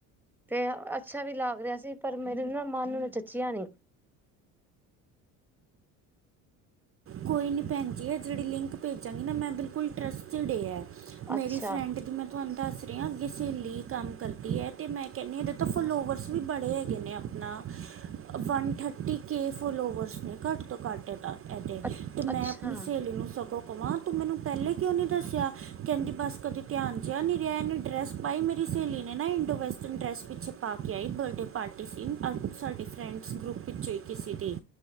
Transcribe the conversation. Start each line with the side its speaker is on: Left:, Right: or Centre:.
Centre: ਤੇ ਅੱਛਾ ਵੀ ਲੱਗ ਰਿਹਾ ਸੀ। ਪਰ ਮੇਰੇ ਨਾ, ਮਨ ਨੂੰ ਚੱਚਿਆ ਨਹੀਂ।
Right: ਕੋਈ ਨਹੀਂ ਭੈਣ ਜੀ, ਹੈ ਜਿਹੜੀ ਲਿੰਕ ਭੇਜਾਂਗੀ ਨਾ। ਮੈਂ ਬਿਲਕੁਲ ਟਰੱਸਟਡ ਹੈ।
Centre: ਅੱਛਾ,
Right: ਮੇਰੀ ਫਰੈਂਡ ਜਿਵੇ ਤੁਹਾਨੂੰ ਦੱਸ ਰਹੇ ਹਾਂ। ਅੱਗੇ ਸਹੇਲੀ ਕੰਮ ਕਰਦੀ ਹੈ। ਤੇ ਮੈਂ ਕਹਿੰਦੀ ਹਾਂ। ਇਹਦੇ ਤਾਂ ਫੋਲੋਵਰਸ ਵੀ ਬੜੇ ਹੈਗੇ ਨੇ ਆਪਣਾ ਵਨ ਥਰਟੀ ਕੇ ਫੋਲੋਵਰਸ ਨੇ, ਘੱਟ ਤੋਂ ਘੱਟ ਇਹਦੇ
Centre: ਅ
Right: ਤੇ ਮੈਂ
Centre: ਅੱਛਾ,
Right: ਆਪਣੀ ਸਹੇਲੀ ਨੂੰ ਸਗੋਂ ਕਵਾਂ, ਤੂੰ ਮੈਨੂੰ ਪਹਿਲੇ ਕਿਉਂ ਨੀ ਦੱਸਿਆ। ਕਹਿੰਦੀ ਬੱਸ ਕਦੇ ਧਿਆਨ ਚਿਹਾ ਨਹੀ ਰਿਹਾ। ਇਹਨੇ ਡਰੈਸ ਬਾਈ ਮੇਰੀ ਸਹੇਲੀ ਨੇ ਨਾ ਇੰਡੋ ਵੈਸਟਰਨ ਡਰੈੱਸ ਪਿੱਛੇ ਪਾ ਕੇ ਆਈ, ਬਰਡੇ ਪਾਰਟੀ ਸੀ, ਅ ਸਾਡੇ ਫਰੈਂਡਸ ਗਰੁੱਪ ਪਿੱਛੇ ਕਿਸੀ ਦੀ,